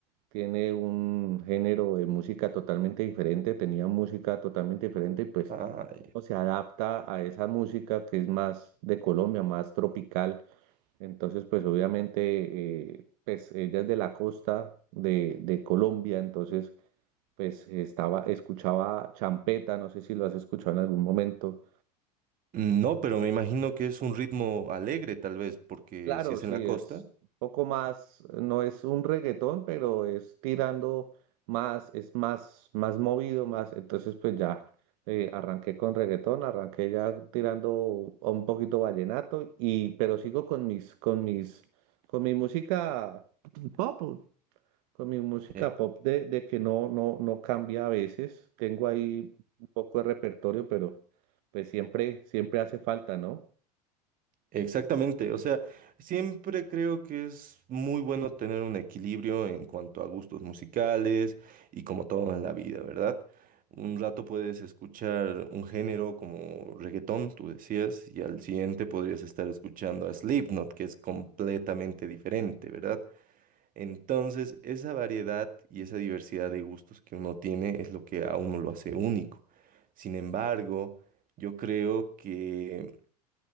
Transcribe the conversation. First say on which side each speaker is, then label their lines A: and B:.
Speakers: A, on the right; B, on the right.
A: tiene un género de música totalmente diferente, tenía música totalmente diferente y pues
B: Ay.
A: uno se adapta a esa música que es más de Colombia, más tropical. Entonces, pues obviamente, eh, pues ella es de la costa de, de Colombia, entonces pues estaba, escuchaba champeta, no sé si lo has escuchado en algún momento.
B: No, pero me imagino que es un ritmo alegre tal vez, porque
A: Claro,
B: si es
A: sí,
B: en la
A: es
B: costa.
A: un poco más, no es un reggaetón, pero es tirando más, es más, más movido, más, entonces pues ya eh, arranqué con reggaetón, arranqué ya tirando a un poquito vallenato y, pero sigo con mis, con mis, con mi música pop, Con mi música
B: eh,
A: pop de, de que no, no, no cambia a veces. Tengo ahí un poco de repertorio, pero pues siempre, siempre hace falta, ¿no?
B: Exactamente, o sea, siempre creo que es muy bueno tener un equilibrio en cuanto a gustos musicales y como todo en la vida, ¿verdad? Un rato puedes escuchar un género como reggaetón, tú decías, y al siguiente podrías estar escuchando a Slipknot, que es completamente diferente, ¿verdad? Entonces, esa variedad y esa diversidad de gustos que uno tiene es lo que a uno lo hace único. Sin embargo, yo creo que